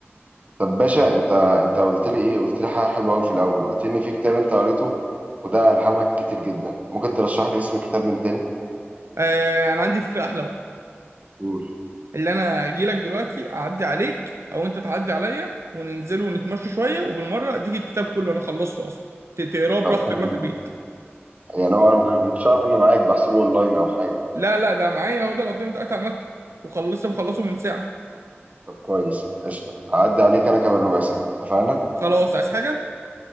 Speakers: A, on the right; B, on the right.
A: طب باشا انت انت قلت لي ايه قلت لي حاجه حلوه قوي في الاول قلت لي ان في كتاب انت قريته وده الهمك كتير جدا ممكن ترشح لي اسم الكتاب من تاني
B: آه انا عندي فكرة احلى بقى
A: قول
B: اللي انا اجي لك دلوقتي اعدي عليك او انت تعدي عليا وننزل ونتمشى شوية وبالمرة اديك الكتاب كله انا خلصته اصلا ت- تقراه براحتك
A: طب حلو
B: بقى في
A: جدا
B: البيت
A: يعني هو انا ممكن كنتش اعرف انه معاك بحسبه اونلاين او حاجه
B: لا لا ده معايا اهو ده انا قدامي دلوقتي على المكتب وخلصت مخلصه من ساعة
A: طب كويس قشطه هعدي عليك انا كمان ربع ساعه اتفقنا
B: خلاص عايز حاجة